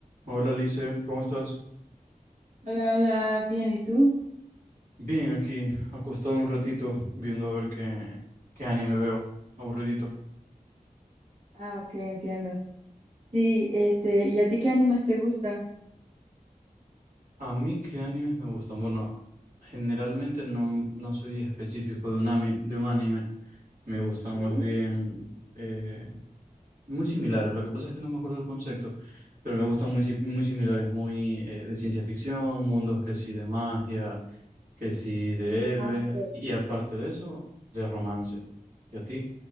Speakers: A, on the right; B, on the right.
A: Hola Lice, ¿cómo estás?
B: Hola, hola, bien, ¿y tú?
A: Bien, aquí, acostado un ratito, viendo a ver qué, qué anime veo. Aburridito.
B: Ah, ok, entiendo. Sí, este, ¿y a ti qué animes te gustan?
A: A mí, ¿qué animes me gustan? Bueno, generalmente no, no soy específico de un, ami- de un anime. Me gustan
B: Ok.
A: más bien eh, muy similares. Lo que pasa es que no me acuerdo el concepto, pero me gustan muy, si- muy similares, muy eh, de ciencia ficción, mundos que sí de magia, que sí de héroes,
B: Ah, ok.
A: y aparte de eso, de romance. ¿Y a ti?